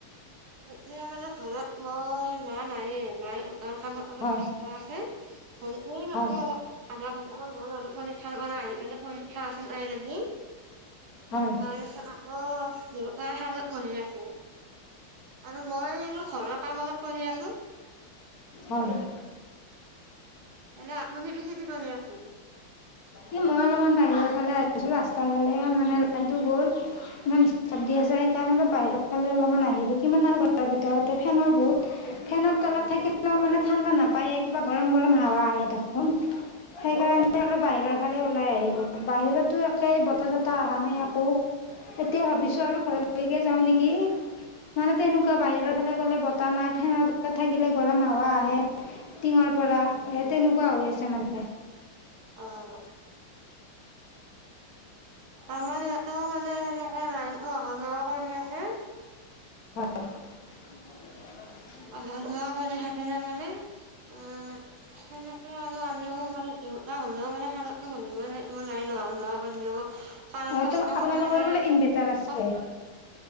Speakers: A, on the right; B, on the left.
A: এতিয়া মানে ঘৰত মই মা নায়ে মায়ে মাৰ কামত। অলপ
B: হয়,
A: ব্যস্ত আছে <unintelligible> আপোনা সকলো লৰা-ছোৱালী
B: হয়,
A: পোৱালি পৰীক্ষা পৰা আহি পিনে পৰীক্ষা আছে নাই নেকি। তাৰপিছত
B: হয়,
A: আকৌ, দেউতাই শালত বহি আছে। আৰু মই আৰু ঘৰৰ কাম অলপ কৰি আছো।
B: হয়',
A: এনে আপুনি পিছে কি কৰি আছে?
B: এই মই অলপমান বাহিৰৰ ফালে আহিছোঁ ৰাস্তাৰ ফালে, মানে লাইনটো গ'ল। ইমান দিষ্টাপ আছে সেইকাৰনেটো বাহিৰৰ ফালে অলপমান আহিলোঁ, কিমান আৰু ঘৰৰ ভিতৰতে ফেনৰ বহুত ফেনৰ তলত থাকিলেও মানে ঠাণ্ডা নাপায়, কিবা গৰম গৰম হাৱা আহি থাকে দেখোন। সেইকাৰণে অলপ বাহিৰৰ ফালে ওলাই আহিলো, বাহিৰতো একে বতাহ-চতাহ অহা নাই একো। এতিয়া ভাবিছো আৰু ঘৰলৈকে যাওঁ নেকি? মানে তেনেকুৱা বাহিৰৰ ফালে গ'লে বতাহ নাই, ফেনৰ তলত থাকিলে গৰম হাৱা টিঙৰ পৰা, এ' তেনেকুৱা হৈ আছে মানে।
A: অ', আমাৰ ইয়াতো মানে, সেনেকে লাইনতো অহা যোৱা কৰি আছে।
B: হয়',
A: আহা যোৱা কৰি থাকিলে মানে অ', সেনেকে আৰু আমিও মানে দেউতা হলেও মানে স মানিব লাগিব লাইন আহা যোৱা কৰি থাকিব, কাৰণ নাই
B: অ
A: কষ্ট
B: ত আপোনালোকৰ
A: নকৰিলে
B: বোলে ইনভাৰ্টাৰ
A: কষ্ট
B: আছে